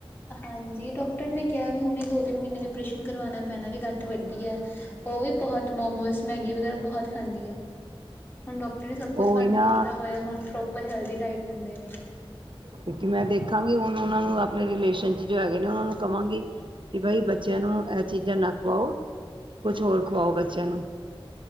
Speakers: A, on the left; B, on the right.
A: ਹਾਂਜੀ ਡਾਕਟਰ ਨੇ ਕਿਹਾ ਵੀ ਹੁਣੇ ਦੋ- ਤਿੰਨ ਮਹੀਨੇ ਚ ਆਪਰੇਸ਼ਨ ਕਰਵਾਉਣਾ ਪੈਣਾ ਵੀ ਗੱਠ ਵੱਡੀ ਐ। ਉਹ ਵੀ ਤਾ ਬਹੋਤ ਮੋਮੀਸ, ਮੈਂਗੀ ਵਗ਼ੈਰਾ ਬਹੋਤ ਖਾਂਦੀ ਐ। ਹੁਣ ਡਾਕਟਰ ਨੇ ਸਭ ਕੁਛ
B: ਉਹੀ
A: ਬੰਦ
B: ਨਾ
A: ਕੀਤਾ ਹੋਇਆ ਹੁਣ ਪ੍ਰੋਪਰ ਹੈਲਦੀ ਡਾਇਟ ਦਿੰਦੇ ਨੇ।
B: ਕਿਉਕਿ ਮੈਂ ਦੇਖਾਂਗੀ ਹੁਣ ਉਹਨਾਂ ਨੂੰ ਆਪਣੇ ਰਿਲੇਸ਼ਨ ਚ ਜੋ ਹੈਗੇ ਨੇ ਉਹਨਾਂ ਨੂੰ ਕਹਾਂਗੀ। ਕਿ ਬਾਈ ਬੱਚਿਆਂ ਨੂੰ ਇਹ ਚੀਜ਼ਾਂ ਨਾ ਖੂਆਓ, ਕੁਛ ਹੋਰ ਖਵਾਓ ਬੱਚਿਆਂ ਨੂੰ।